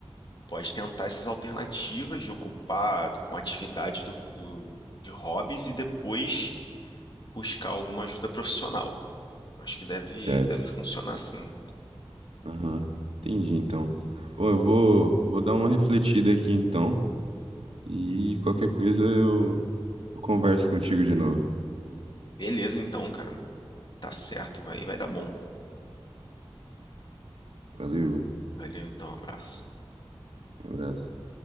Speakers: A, on the left; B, on the right.
A: Pode tentar essas alternativas de ocupar com atividades do, do- de hobbies e depois buscar alguma ajuda profissional. Acho que deve,
B: certo.
A: deve funcionar sim.
B: Aham, entendi então. Bom, eu vou, vou dar uma refletida aqui então e qualquer coisa eu, eu converso contigo de novo.
A: Beleza, então, cara. Tá certo, vai, vai dar bom.
B: Valeu,
A: Valeu, então, abraço.
B: um abraço.